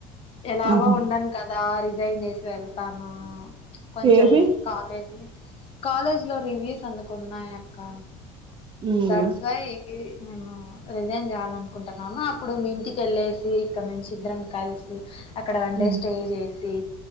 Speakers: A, on the left (about 40°); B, on the right (about 35°).
A: ఎలాగో
B: ఆహా
A: ఉండను క ఆ రిజైన్ చేసి వెళ్తాను కొంచం
B: ఏవి
A: కాలేజీ కాలేజ్లో రివ్యూస్ అందికున్నాయి అక్క
B: ఉమ్
A: దట్స్ వై మేము రిజైన్ చేయాలనుకుంటున్నాము అప్పుడు మీ ఇంటికెళ్ళేసి ఇక్కడ్ నుంచి ఇద్దరం కల్సి అక్కడ వన్
B: ఉహు
A: డే స్టే చే సి